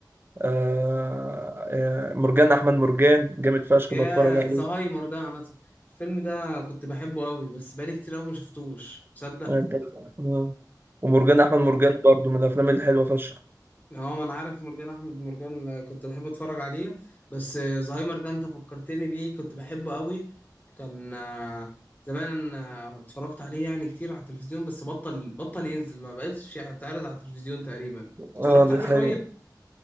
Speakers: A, on the right; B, on the left.
A: آه، آه، مرجان احمد مرجان جامد فشخ
B: يا
A: بتفرج عليه
B: زهايمر ده انا الفيلم ده كنت بحبه قوي بس بقالي كتير قوي ما شفتوش تصدق
A: وانت آه. ومرجان احمد مرجان برضو من الافلام الحلوه فشخ
B: اه ما انا عارف مرجان احمد مرجان آه، كنت بحب اتفرج عليه بس آه، زهايمر ده انت فكرتني بيه كنت بحبه قوي كان آه، زمان آه، اتفرجت عليه يعني كتير على التلفزيون بس بطل بطل ينزل ما بقتش يتعرض على التلفزيون تقريبا
A: اه
B: اتفرجت
A: دي
B: عليه
A: حقيقة
B: قريب